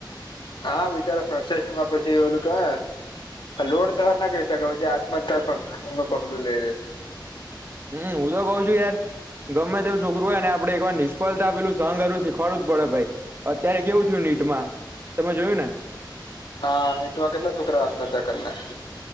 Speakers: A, on the left; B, on the right.
A: હા બિચાર ફ્રસ્ટેશન માં પછી ઓલું કરે લોડ સહન ના કરી શકે પછી આત્મહત્યાનું પગ પગલું લઈ લે છે
B: હમ હું તો કહું છું યાર ગમે તેવું છોકરું હોય ને આપણે એક વાર નિષ્ફળતા પેલું સહન કરવું શીખવાડું જ પડે ભાઈ અત્યારે કેવું થયું નીટમાં તમે જોયું ને
A: હા નિટમાં કેટલા છોકરા આત્મહત્યા કરતા